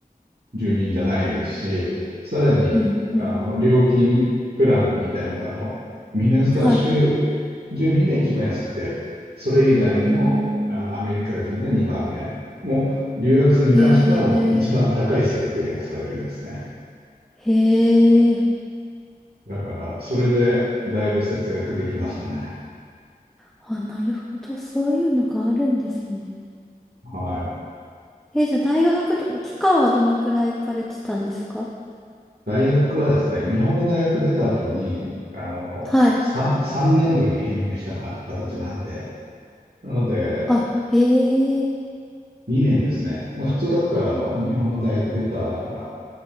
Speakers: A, on the right; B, in the centre.
A: 住人じゃないですし、さらに、
B: うん、うん。
A: あの、料金プランみたいのが、あの、ミネソタ州
B: はい。
A: 住民が一番安くて、それ以外の、
B: うーん。
A: あの、アメリカ人が2番目。もう、留学生に関してはもう一番高い設定がされるんですね。
B: へえ、へえ。
A: だから、それでだいぶ節約できましたね。
B: あ、なるほど。そういうのがあるんですね。
A: はい。
B: え、じゃあ大学ってこと、期間はどのくらい行かれてたんですか
A: 大学はですね、日本の大学出た後に、あの、
B: はい。
A: 3、三年度に編入したか形なんで、なので、
B: あ、へえ、
A: 2年ですね。まあ、普通だったら、あの、日本の大学出たなら、